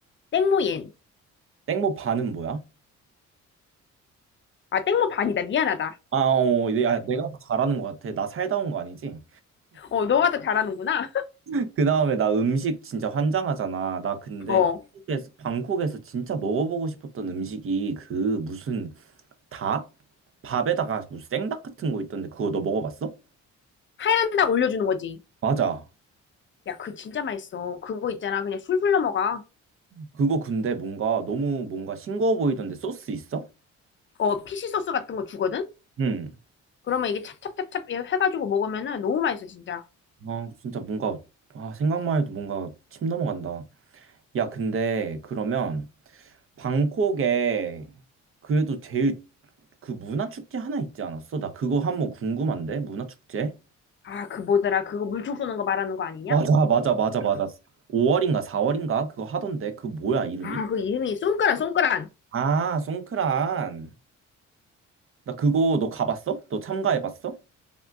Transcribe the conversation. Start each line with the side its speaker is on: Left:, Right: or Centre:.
Left: 땡모옌
Right: 땡모 반은 뭐야?
Left: 아 땡모 반이다 미안하다
Right: 아, 어, 내- 야, 내가 더 잘하는 것 같아. 나 살다 온 거 아니지?
Left: 어 너가 더 잘하는구나
Right: <laughs> 그 다음에 나 음식 진짜 환장하잖아. 나 근데
Left: <laughs> 어
Right: 태국에서, 방콕에서 진짜 먹어보고 싶었던 음식이 그 무슨 닭? 밥에다가 무슨 생닭 같은 거 있던데 그거 너 먹어봤어?
Left: 하얀 닭 올려주는 거지
Right: 맞아.
Left: 야 그 진짜 맛있어 그거 있잖아 그냥 술술 넘어가
Right: 그거 근데 뭔가 너무 뭔가 싱거워 보이던데 소스 있어?
Left: 어 피시 소스 같은 거 주거든
Right: 응.
Left: 그러면 이게 찹찹찹찹 해가지고 먹으면은 너무 맛있어, 진짜.
Right: 아, 진짜 뭔가, 아, 생각만 해도 뭔가 침 넘어간다. 야, 근데 그러면 방콕에 그래도 제일 그 문화 축제 하나 있지 않았어? 나 그거 한번 궁금한데 문화 축제?
Left: 아, 그 뭐더라. 그거 물총 쏘는 거 말하는 거 아니냐?
Right: 맞아, 맞아, 맞아, 맞아. 5월인가 4월인가 그거 하던데 그 뭐야 이름이?
Left: 아, 그 이름이 쏜까란, 쏜까란.
Right: 아, 송크란. 나 그거 너 가봤어? 너 참가해봤어?